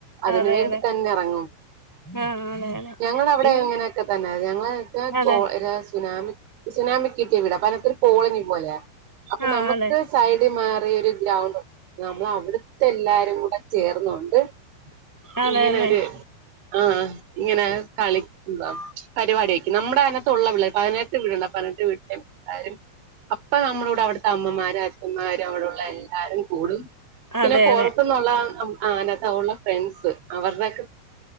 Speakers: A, on the right (about 70°); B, in the centre.
A: അതിന്
B: അതെ
A: വേണ്ടി
B: അതെ
A: തന്നെ എറങ്ങും
B: ആ അതെ അതെ
A: ഞങ്ങളവടെ
B: പിന്നെ
A: എങ്ങനെയൊക്കെ തന്നെ ഞങ്ങളെ യെക്കെ
B: അതെ
A: പോ ര സ് സുനാമി സുനാമി കിട്ടിയ വീടാ അപ്പൊ അതിനത്തൊരു കോളനി പോലെ അപ്പനമക്ക്
B: ആ അതെ
A: സൈഡിൽ മാറിയ ഒരു ഗ്രൗണ്ട് ഉണ്ട് നമ്മള അവിടുത്തെ എല്ലാരും കൂടെ ചേർന്ന ന്നിട്ട്
B: അതെ
A: ഇങ്ങനെരു
B: അല്ലെ
A: ആഹ് ഇങ്ങനെ കളി ഉ പരിപാട ആക്കി നമ്മുടെ അനത്തുള്ള വട പതിനെട്ട് വീടുണ്ട പതിനെട്ട് വീട്ടില എല്ലാരും അപ്പ നമ്മള കടെ അവിടുത്തെ അമ്മമാരും അച്ഛന്മാരും അവിടെള്ള എല്ലാരും കൂടും പിന്നെ
B: അതെ
A: പൊറത്തന്നുള്ള
B: അതെ
A: ആ അനത്ത ഉള്ള ഫ്രണ്ട്സ് അവരുടെയ ഒക്കെ